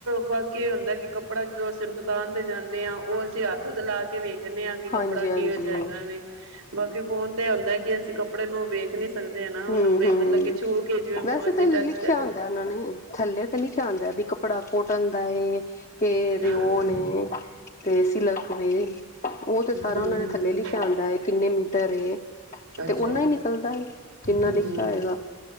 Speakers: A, on the right; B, on the left.
A: ਬਾ ਕੀ ਹੁੰਦਾ ਕਿ ਕੱਪੜਾ ਜਦੋ ਅਸੀ ਦੁਕਾਨ ਤੇ ਜਾਂਦੇ ਆ, ਓ ਅਸੀ ਹਥ ਹੁਥ ਲਾ ਕੇ ਵੇਖਨੇ ਆ ਕਿ ਕੱਪੜਾ
B: ਹਾਂਜੀ-ਹਾਂਜੀ,
A: ਕੀ ਕਿਹੋ ਜਿਹਾ ਹੈਗਾ ਵੇ <inaudible> ਬਾਕੀ ਫੋਨ ਤੇ ਏ ਹੋਂਦਾ ਕੀ ਅਸੀ ਕੱਪੜੇ ਨੂੰ ਵੇਖ ਨੀ ਸਕਦੇ ਨਾ
B: ਹੂੰ-ਹੂੰ।
A: ਓਨੂੰ ਬਈ ਮਤਲਬ ਕਿ ਛੂਹ ਕੇ ਜਿਵੇ
B: ਵੈਸੇ
A: ਅਸੀ
B: ਤਾਂ
A: ਟਚ
B: ਲਿਖਿਆ ਹੋਂਦਾ ਓਨਾਂ ਨੇ, ਥੱਲੇ ਤੇ ਲਿਖਿਆ ਹੋਂਦਾ ਵੀ ਕੱਪੜਾ ਕੋਟਨ ਦਾ ਏ, ਕੇ
A: ਹਾਂ,
B: ਰਯੋਨ ਏ ਤੇ ਏ ਸੀ ਲਾਕੇ ਆਏ। ਓ ਤੇ ਸਾਰਾ
A: ਹੂੰ,
B: ਓਨਾਂਨੇ ਥੱਲੇ ਲਿਖਿਆ ਹੋਂਦਾ ਐ। ਕਿੰਨੇ ਮੀਟਰ ਏ
A: ਅੱਛਾ,
B: ਤੇ ਓਨਾ ਈ ਨਿਕਲਦਾ ਏ। ਜਿੰਨਾ
A: ਹੂੰ।
B: ਲਿਖਿਆ ਹੋਏਗਾ